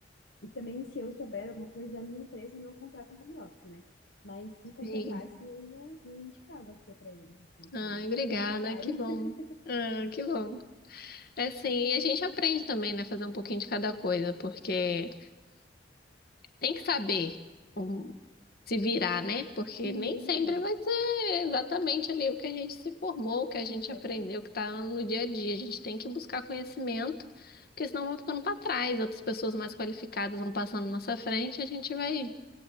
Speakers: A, on the left (about 80°); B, on the left (about 55°).
A: E também, se eu souber alguma coisa, a minha empresa não contrata home office, né? Mas se
B: Sim.
A: contratassem, eu ia, ia indicar você para eles, assim, para
B: Ai,
A: eles
B: obrigada.
A: se contratarem.
B: Que bom.
A: <laughs>
B: Ah, que bom. É sim, e a gente aprende também, né? Fazer um pouquinho de cada coisa, porque tem que saber um- se virar, né? Porque
A: Sim,
B: nem sempre vai ser exatamente ali o que a gente se formou, o que a gente
A: exatamente.
B: aprendeu, o que tá no dia a dia. A gente tem que buscar conhecimento, porque senão vão ficando para trás, outras pessoas mais qualificadas vão passando na nossa frente e a gente vai,